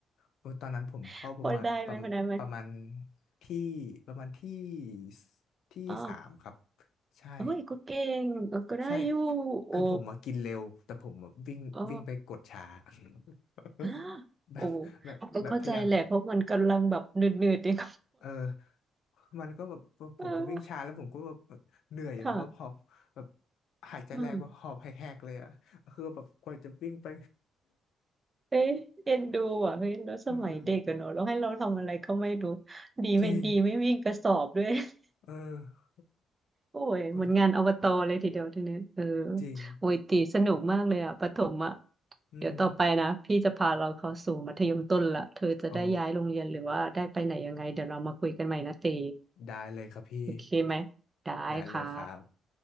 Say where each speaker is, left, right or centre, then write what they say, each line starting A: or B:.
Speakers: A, on the left (about 75°); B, on the right (about 25°).
A: โอ้ยตอนนั้นผมเข้าประมาณประมประมาณ
B: <laughs> พอได้ไหมพอได้ไหม
A: ที่ประมาณที่สที่สามครับ
B: อ๋อ
A: ใช่
B: เอ้ยก็เก่งเออก็ได้อยู่
A: ใช่
B: โอ้
A: คือผมมากินเร็ว แต่ผมอะวิ่งวิ่งไปกดช้า
B: อ๋อ
A: <laughs>
B: อ่า
A: แบบ
B: โอ้
A: <laughs> แบบแบบพยายาม
B: ก็เข้าใจแหละเพราะมันกำลังแบบเหนื่อยๆเอง
A: เออมันก็แบบผมก็วิ่งช้าแล้วผมก็แบบ
B: <laughs> เออ
A: เหนื่อยอยู่เนอะแบบหอบแบบ
B: ค่ะ
A: หายใจแรงแบบหอบแหกๆเลยอ่ะคือแบบกว่าจะวิ่งไป
B: เออเอ๊ะเอ็นดูอ่ะเฮ้ยแล้วสมัยเด็กกันเนอะแล้วให้เราทำอะไรก็ไม่รู้
A: <laughs> เออ
B: ดีไม่ดีไม่วิ่งกระสอบด้วย
A: จริง
B: <laughs>
A: เออ
B: โอ้ยเหมือนงานอบตเลยทีเดียวทีนี้เออ
A: ก็จริง
B: โอ้ยตีสนุกมากเลยอ่ะประถมอ่ะ
A: อืม
B: เดี๋ยวต่อไปนะพี่จะพาเราเข้าสู่มัธยมต้นละเธอจะได้ย้ายโรงเรียนหรือว่าได้ไปไหนยังไงเดี๋ยวเรามาคุยกันใหม่นะตี
A: โอ้ได้เลยครับพี่
B: โอเคไหม ได้ค่ะ
A: ได้เลยครับ